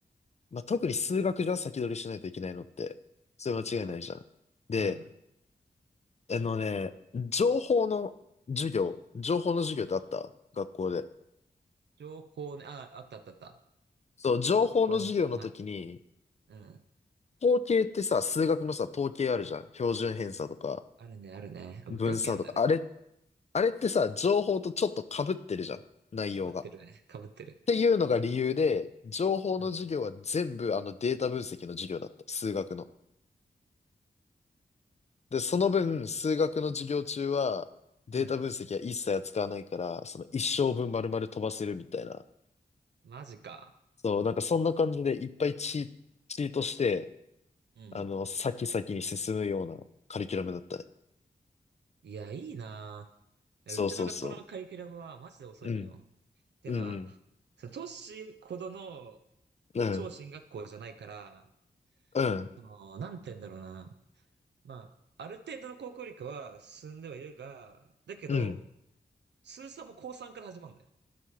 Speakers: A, on the left; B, on the right.
A: まあ、特に数学じゃ先取りしないといけないのって、それ間違いないじゃん。
B: うん。
A: で、
B: うん。
A: あのね、情報の授業、情報の授業ってあった学校で。
B: 情報ね、あ、あったあったあった。
A: そう、情報の授業の時に、
B: パソコン、はい。うん。
A: 統計ってさ、数学のさ、統計あるじゃん。標準偏差とか、
B: あるね、あるね。あ大嫌いだった、
A: 分散とか、
B: あれは。
A: あれ、あれってさ、情報とちょっと被ってるじゃん。内容が。
B: かぶってるね。
A: っ
B: かぶってる。
A: ていうのが理由で、情報の授業は全部あのデータ分析の授業だった。
B: うん。
A: 数学の。で、その分、数学の授業中は、データ分析は一切扱わないから、
B: うん。
A: その一生分丸々飛ばせるみたいな。
B: マジか。
A: そう、なんかそんな感じでいっぱいチー、チートして、
B: うん。
A: あの、先々に進むようなカリキュラムだったね。
B: いや、いいなぁ。
A: そうそうそ
B: うちの学校のカリキュラムはマジで遅いのよ。
A: う。うん、
B: ってのは、
A: うん、
B: その都市ほどの
A: うん、
B: 超進学校じゃないから、
A: うん、うん、
B: その、なんて言うんだろうな。まあ、ある程度の高校理科は進んではいるが、だけど、
A: うん。
B: 数三も高3から始まるのよ。